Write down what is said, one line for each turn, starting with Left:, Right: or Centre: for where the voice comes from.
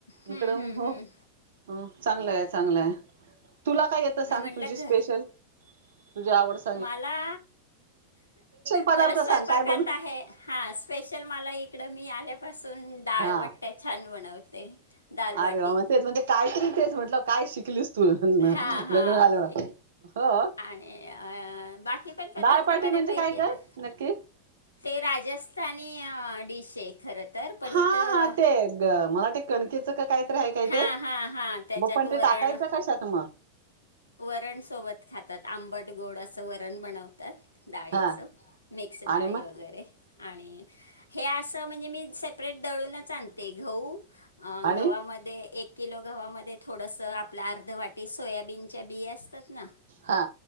Left: हम्म
Right: इकडं
Left: हम्म
Right: हो
Left: हम्म
Right: हो, चांगलय, चांगलय तुला काय येत
Left: मी
Right: सांग
Left: म्हणलं
Right: तुझी
Left: घर
Right: स्पेशल- तुझे आवडच?
Left: मला,
Right: पदार्थ
Left: मला स्वयंपाकात
Right: सांग काय बनू
Left: आहे. हा, स्पेशल मला इकडं मी आल्यापासून डाळबट्टया
Right: हा
Left: छान बनवते. दालवाटी
Right: अरे वाह, तेच म्हणजे कायतरी तेच म्हटलं काय शिकलीस- तू लग्न
Left: हा, हा.
Right: झाल्यावर हो
Left: आणि अ बाकी पण पदार्थ
Right: दाळपाटी
Left: बऱ्यापैकी
Right: म्हणजे काय
Left: येत्यात.
Right: ग नक्की
Left: ते राजस्थानी डिश आहे खरं- तर पण
Right: हा,
Left: इथं
Right: हा, ते ग मला ते- कणकेचं का कायतर हाय काय
Left: हां
Right: ते,
Left: हां हां त्याच्यात
Right: हो पण ते
Left: वरण
Right: टाकायचं कशात मग?
Left: वरणसोबत खातात. आंबट, गोड असं वरण बनवतात, डाळीचं
Right: हा
Left: मिक्स डाळी
Right: आणि मग
Left: वगैरे- आणि हे असं म्हणजे मी सेपरेट दळूनच आणते. गहू- अ
Right: आणि
Left: गव्हामध्ये एक किलो गव्हामध्ये थोडसं, आपलं आर्ध वाटी सोयाबीन- च्या बिया असतात ना-
Right: हा